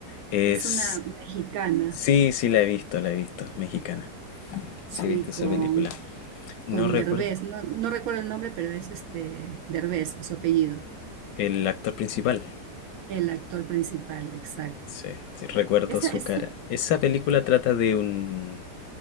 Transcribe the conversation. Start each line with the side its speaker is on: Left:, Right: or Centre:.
Left: Es...
Right: Es una mexicana,
Left: Sí, sí, la he visto, la he visto. Mexicana.
Right: sí,
Left: Sí, he visto esa
Right: con,
Left: película. No
Right: con
Left: recuerdo
Right: Derbez, no, no recuerdo el nombre, pero es este Derbez, su apellido,
Left: el actor principal.
Right: el actor principal, exacto.
Left: Sí, sí, recuerdo
Right: Esa,
Left: su
Right: esa
Left: cara. Esa película trata de un...